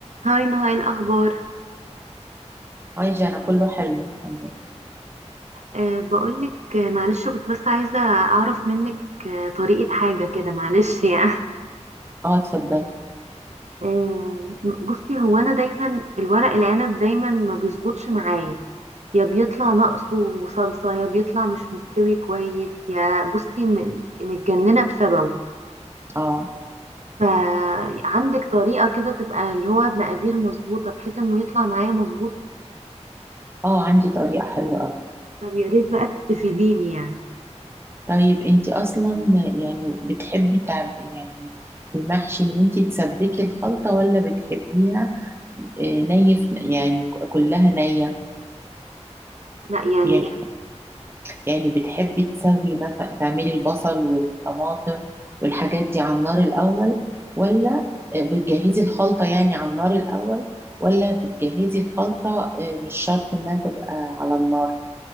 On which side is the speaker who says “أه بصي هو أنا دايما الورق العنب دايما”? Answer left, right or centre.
Right